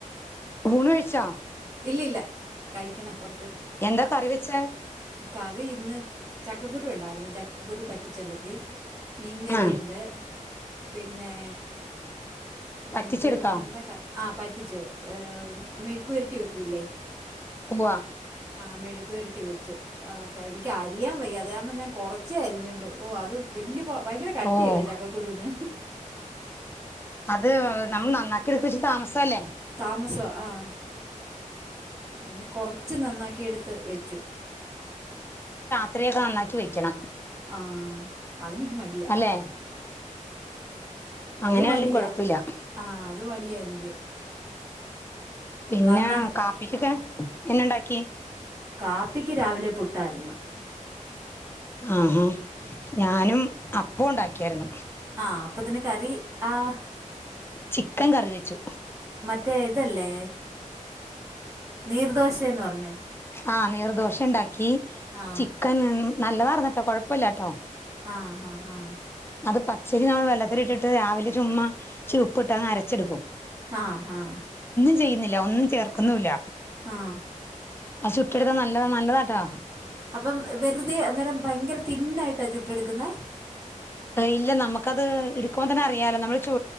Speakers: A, on the left; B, on the right.
A: ഊണ് കഴിച്ചോ
B: ഇല്ലില്ല കഴിക്കണം കൊ
A: എന്താ കറിവെച്ചെ?
B: കറി ഇന്ന് ചക്കക്കുരു ഉണ്ടാര്ന്നു ചക്കക്കുരു പറ്റിച്ചൊലത്തി മീൻകറിയ്ണ്ട്.
A: ആ
B: പിന്നെ പിന്നെ
A: പറ്റിച്ചെടുത്തോ
B: എന്തു വരുന്നുണ്ട് ആ പറ്റിച്ചു ഏഹ് മെഴുക്കുപരട്ടി വെക്കൂലേ
A: ഉവ്വ
B: ആ മെഴക് പരട്ടി വെച്ചു ആ എനിക്ക് അരിയാൻ വയ്യ അത് കാരണം ഞാൻ കൊറച്ചേ അരിഞ്ഞുള്ളൂ ഓ അത് വല്ല്യ ഭയങ്കര കട്ടില്ലേ
A: ഓ
B: ചക്കകുരുന്ന്
A: അത് നമ്മള് നന്നാക്കി എടുക്കച്ച് താമസംല്ലേ
B: താമസ ആഹ് അ കൊറച്ച് കുറച്ച് നന്നാക്കിയെടുത്ത് വെച്ചു
A: രാത്രി യൊക്കെ നന്നാക്കി വെക്കണം
B: ആഹ് അതെനിക്ക് മടിയ
A: അല്ലെ അങ്ങനെയാണെലും
B: അത് മടിയാ
A: കൊഴപ്പില്ല
B: ആഹ് അത് മടിയാ എനിക്ക്
A: പിന്നെ
B: നന്ന
A: കാപ്പിക്കൊക്കെ എന്നണ്ടാക്കി
B: ടാപ്പിക് എക്ക് രാവിലെ പുട്ടായിരുന്നു
A: ആഹാ ഞാനും അപ്പ ഉണ്ടാക്കിയായിരുന്നു
B: ആഹ് അപ്പൊതിന്ന് കറി ആഹ്
A: ചിക്കൻ കറി വെച്ചു
B: മറ്റേ ഇതല്ലേ നീർദോശയന്ന് പറഞ്ഞേ
A: ആ നീർ ദോശ ഉണ്ടാക്കി
B: ആ
A: ചിക്കന് നല്ലതാർന്നട്ടോ കൊഴപ്പില്ലട്ടോ
B: ആഹ് ഹ ഹ
A: അത് പച്ചരി നമ്മൾ വെള്ളത്തിലിട്ടിട്ട് രാവിലെ ചുമ്മ ചിരിപ്പ്ട്ട് അങ് അരച്ചെടുക്കും
B: ആഹ് ആഹ്
A: <unintelligible> ചെയ്യുന്നില്ല ഒന്നും ചേർക്കുന്നുില്ല
B: ആഹ്
A: അത് ചുട്ട് എടുത്ത നല്ലത നല്ലതാട്ടാ
B: അപ്പം വെറുതെ അന്നേരം ഭയങ്കര തിന്നായിട്ടാ ചുട്ടെടുക്കുന്നേ
A: ഇല്ല നമുക്കത് എടുക്കുമ്പോ തന്നെ അറിയാാലോ നമ്മള് ചു